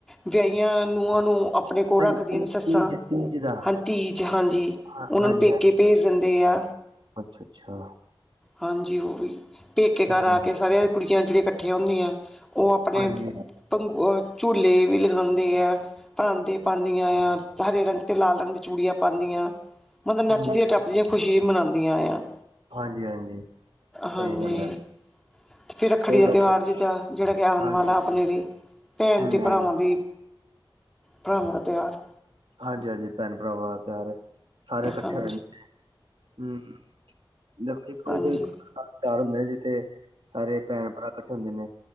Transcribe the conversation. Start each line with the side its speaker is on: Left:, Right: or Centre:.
Centre: ਵਿਆਹੀਆਂ ਨੂੰਹਾਂ ਨੂੰ ਅ ਓ ਪੂਰਾ
Right: ਹਾਂਜੀ
Centre: ਕਰਦੀਆਂ
Right: ਤੀ-
Centre: ਨੇ ਸੱਸਾਂ!
Right: ਤੀਜ ਤੀਜ ਦਾ
Centre: ਹਾਂ ਤੀਜ, ਹਾਂਜੀ!
Right: ਹਾਂ-
Centre: ਉਹਨਾਂ
Right: ਹਾਂਜੀ
Centre: ਨੂੰ ਪੇਕੇ
Right: ਹਾਂ
Centre: ਭੇਜ ਦਿੰਦੇ ਆ।
Right: ਅੱਛਾ ਅੱਛਾ
Centre: ਹਾਂਜੀ ਉਹ ਵੀ ਪੇਕੇ
Right: ਹੂੰ,
Centre: ਘਰ ਆ ਕੇ ਸਾਰੀਆਂ ਕੁੜੀਆਂ ਜਿਹੜੀਆਂ ਇਕੱਠੀਆਂ ਹੁੰਦੀਆਂ। ਉਹ ਆਪਣੇ
Right: ਹਾਂਜੀ
Centre: ਬ ਓ, ਝੂਲੇ ਵੀ ਲਗਾਉਂਦੇ ਐ। ਪਰਾਂਦੇ ਪਾਉਂਦੀਆਂ ਐ! ਹਰੇ ਰੰਗ ਤੇ ਲਾਲ ਰੰਗ ਦੀ ਚੂੜੀਆਂ ਪਾਉਂਦੀਆਂ। ਮਤਲਬ ਨੱਚਦੀ-
Right: ਹੂੰ
Centre: ਟੱਪਦੀਆਂ ਖੁਸ਼ੀ ਮਨਾਉਂਦੀਆਂ ਆ।
Right: ਹਾਂਜੀ ਹਾਂਜੀ, ਸਹੀ
Centre: ਹਾਂਜੀ
Right: ਗੱਲ ਹੈ!
Centre: ਤੇ ਫਿਰ ਰੱਖੜੀ ਦਾ ਤਿਉਹਾਰ
Right: ਰਸ਼ ਹਾਂਜੀ
Centre: ਜਿੱਦਾਂ, ਜਿਹੜਾ ਕਿ ਆਉਣ
Right: ਹੂੰ
Centre: ਵਾਲਾ ਆਪਣੇ ਲਈ ਭੈਣ ਤੇ
Right: ਹਾਂਜੀ
Centre: ਭਰਾਵਾਂ ਦੀ, ਭਰਾਵਾਂ ਦਾ ਤਿਉਹਾਰ।
Right: ਹਾਂਜੀ-ਹਾਂਜੀ, ਭੈਣ ਭਰਾਵਾਂ ਤਿਉਹਾਰ ਏ, ਸਾਰੇ ਇਕੱਠੇ
Centre: ਹਾਂਜੀ
Right: ਰੇਨ
Centre: ਹਾਂਜੀ
Right: ਹਮ, ਦੇਖੋ ਕੋਈ-ਕੋਈ
Centre: ਹਾਂਜੀ
Right: ਘਰ ਹੁੰਦੇ ਜਿੱਥੇ ਸਾਰੇ ਭੈਣ-ਭਰਾ ਇਕੱਠੇ ਹੁੰਦੇ ਨੇ।